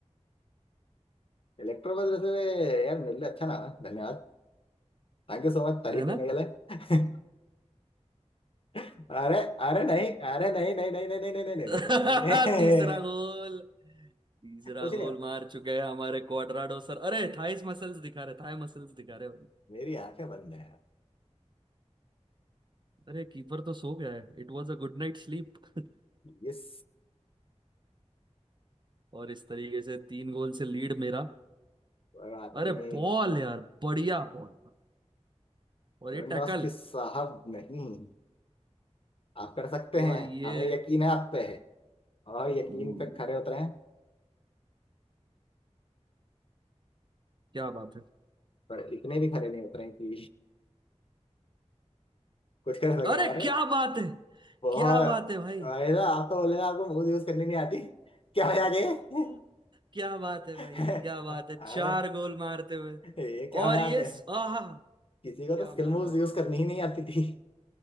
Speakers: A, on the left (about 50°); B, on the right (about 40°).
A: इलेक्ट्रो बस वैसे यार मिल रहा अच्छा नाम है धन्यवाद थैंक यू सो मच तारीफ
B: है ना
A: करने के लिए <laughs> अरे अरे नहीं अरे नहीं नहीं नहीं नहीं नहीं नहीं नहीं
B: <laughs>
A: नहीं नहीं नहीं नहीं
B: तीसरा गोल तीसरा
A: <laughs> कुछ नहीं
B: गोल
A: हो
B: मार चुके हैं हमारे क्वाड्राडो सर अरे थाइस मसल्स दिखा रहे थाई मसल्स दिखा रहे भाई।
A: मेरी आंखें बंद है
B: अरे कीपर तो सो गया है it was a good night sleep <laughs>
A: यस
B: और इस तरीके से तीन गोल से लीड मेरा
A: बात
B: अरे
A: नहीं
B: बॉल यार बढ़िया बॉल था और
A: लेवेंडोस्की
B: ये टैकल
A: साहब नहीं आप कर सकते
B: और
A: हैं
B: ये
A: हमें यकीन है आप पे है और यकीन
B: हम्म,
A: पे खरे उतरे हैं
B: क्या बात है
A: पर इतने भी खरे नहीं उतरे हैं कि कुछ कर सके
B: अरे
A: अरे
B: क्या बात है
A: बहुत
B: क्या बात है भाई
A: अरे
B: <laughs>
A: आप तो बोले ना आपको मूव यूज करनी नहीं आती क्या मजाक है
B: क्या बात है
A: <laughs>
B: भाई क्या बात है
A: अरे
B: चार गोल मारते हुए
A: ये क्या
B: और
A: मजाक
B: ये
A: है
B: आहा
A: किसी को
B: क्या
A: तो स्किल
B: मजा
A: मूव्स
B: आ
A: यूज
B: गया
A: करनी
B: भाई
A: ही नहीं आती थी